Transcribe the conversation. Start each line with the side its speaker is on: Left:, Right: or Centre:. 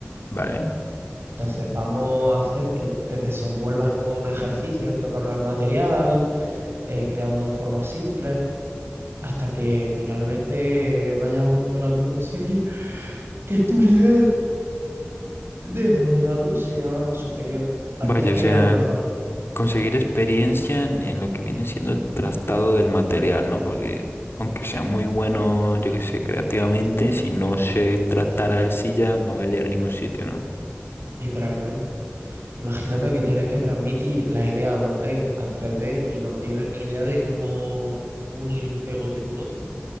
Left: Vale.
Right: Entonces vamos a hacer que te desenvuelvas con ejercicios, tocando el material, eh, creando formas simples, hasta que finalmente vayamos logrando conseguir que tu nivel de modelado sea superior a
Left: Vaya,
Right: ti es que
Left: o sea,
Right: hay alguna parte,
Left: conseguir experiencia en, en lo que viene siendo el tratado del material, ¿no? Porque aunque sea muy bueno, yo qué sé, creativamente, si no sé tratar arcilla, no voy a llegar a ningún sitio, ¿no?
Right: literalmente. Imagínate que tienes que transmitir la idea 2D a 3D y no tienes ni idea de cómo unir un pegote con otro,